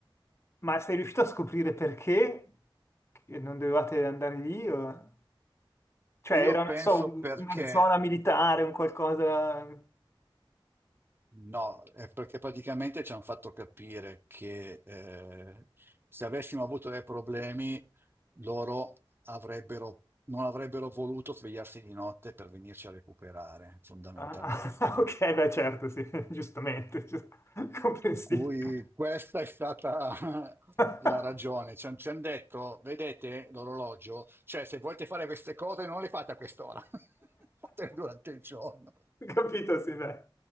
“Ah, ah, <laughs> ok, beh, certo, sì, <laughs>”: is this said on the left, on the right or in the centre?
Left